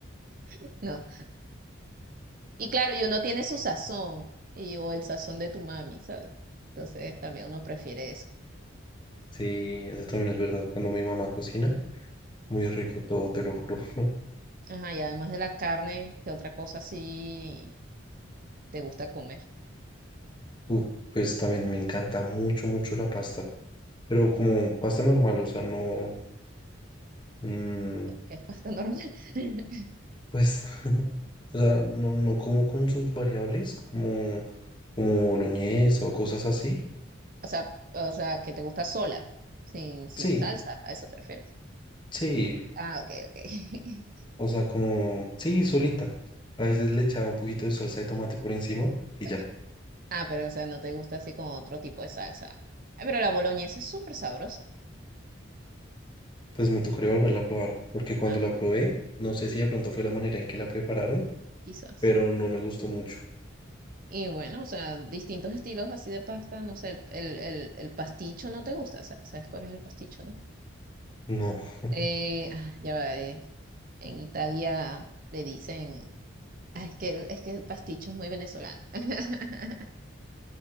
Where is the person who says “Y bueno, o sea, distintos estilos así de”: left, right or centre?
Right